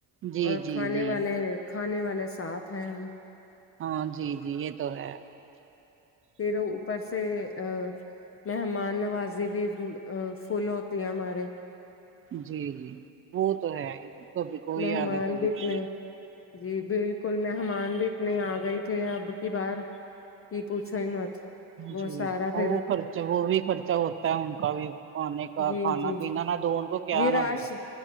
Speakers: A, on the right; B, on the left.
A: جی
B: اور
A: جی
B: کھانے
A: جی
B: والے کھانے والے ساتھ ہیں ہم
A: ہاں جی جی یہ تو ہے
B: پھراوپر سے ام مہمان نوازی بھی فل ہوتی ہے مارے
A: جی جی وہ تو ہے ہی کبھی
B: مہمان
A: کوئی ارا ہے کبھی
B: بھی اتنے
A: کوئی
B: جی بالکل مہمان بھی اتنے آ گئے تھے اب کی بار یہ پوچھو ہی مت وہ
A: جی
B: سارا
A: جی
B: پھر
A: وہ خرچہ وہ بھی خرچہ ہوتا ہے ان کا بھی پانے کا
B: جی
A: کھانا
B: جی
A: پینا نہ دو ان کو کیا
B: جی راش
A: نہ دو